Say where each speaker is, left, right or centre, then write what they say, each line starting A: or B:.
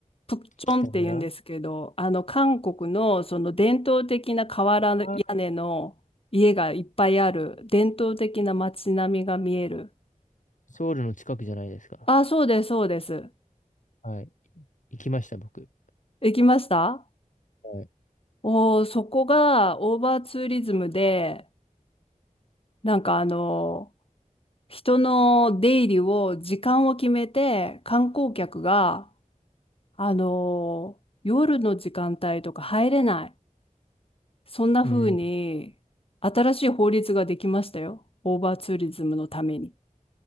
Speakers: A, on the left; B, on the left.
A: プッチョンって言うんですけど、
B: 北村
A: あの、韓国のその伝統的な瓦屋根の家がいっぱいある伝統的な街並みが見える。
B: あーソウルの近くじゃないですか。
A: あ、そうです、そうです。
B: はい。行きました、僕。
A: 行きました
B: はい。
A: おー、そこがオーバーツーリズムで、なんかあの、人の出入りを時間を決めて、観光客が、あの、夜の時間帯とか入れない。そんな風に、
B: うん。
A: 新しい法律ができましたよ。オーバーツーリズムのために。